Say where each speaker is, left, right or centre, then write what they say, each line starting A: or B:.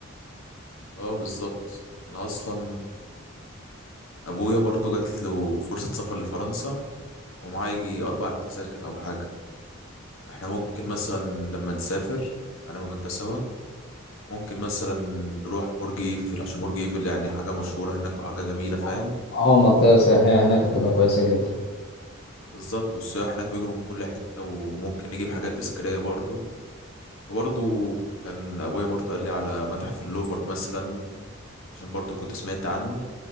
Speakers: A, on the left; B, on the left.
A: اه بالظبط انا اصلا ابويا برضو جات له فرصه سفر لفرنسا ومعاه يجي اربع تذاكر او حاجه احنا ممكن مثلا لما نسافر انا وانت سوا ممكن مثلا نروح برج ايفل عشان برج ايفل يعني حاجه مشهوره هناك وحاجه جميله فاهم
B: اه آه، منطقة سياحية هناك هتبقى كويسة جدا
A: بالظبط والسياح هناك بيجوا من كل حته وممكن نجيب حاجات تذكاريه برضو وبرضو كان ابويا برضو قال لي على متحف اللوفر مثلا عشان برضو كنت سمعت عنه